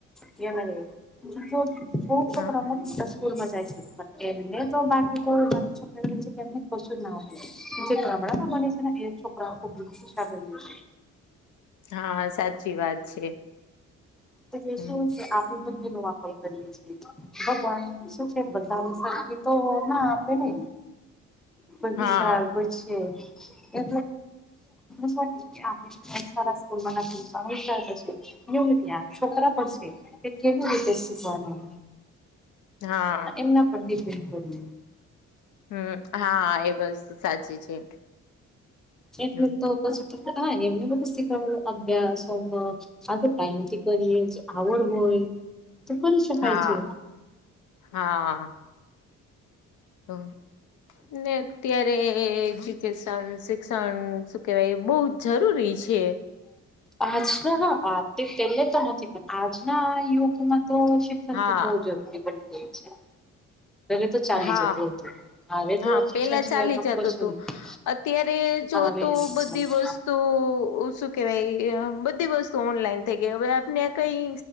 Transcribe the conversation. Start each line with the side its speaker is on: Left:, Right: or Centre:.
Centre: ગના <inaudible> ખુબ
Left: હા
Centre: છોકરા મોટા સ્કૂલ માં જાય છેમ તો બાકી તો બાકી છોક કેને કશું જ ના હોય જે ગામડામાં બને છેને એ છોકરાબીઈએ છ છે
Left: હા સાચી વાત છે.
Centre: એલે
Left: હમ,
Centre: શું છે આપણે બુદ્ધિ નો વાપર કરીએ છીએ. ભગવાન શું છે, બધાની સરખી તો ના આપે ને? કોઈ ગુસાર
Left: હા
Centre: કોઈ છે એ <inaudible> સારા સ્કૂલમાં નથી વિચારશે. ત્યાં છોકરા પણ છે તે કેવી રીતે શીખવાનું?
Left: હા
Centre: એમના પ <unintelligible>
Left: હમ હા એ બસ્તુ સાચી છે.
Centre: એટલે
Left: હમ,
Centre: તો પછી હા એમને બધ શીખડલ અભ્યાસ હોમવર્ક આ તો ટાઈમથી કરીએ આવડ હોય તો કરી શકાય
Left: હા
Centre: છે.
Left: હા તો ને અત્યારે એજ્યુકેશન શિક્ષણ શું કેહેવાય બહુ જરૂરી છે.
Centre: આજના હા તે પહેલે તો નથી પણ આજના યુગમાં તો
Left: હા
Centre: તો બહ જરૂરી બની ગય છે., પેલે તો ચાલી
Left: હા
Centre: જતું હતું હવે તો
Left: હા
Centre: શિક્ષણ
Left: પેલા
Centre: સિવાય
Left: ચાલી
Centre: તો
Left: જતું
Centre: કશું
Left: હતું,
Centre: નહી
Left: અત અત્યારે જો
Centre: આવે
Left: તો
Centre: નથી
Left: બધી
Centre: ચાલતું
Left: વસ્તુ કે ભાઈ બધી વસ્તુ ઓનલાઈન થઈ ગઈ હવે આપને કઈ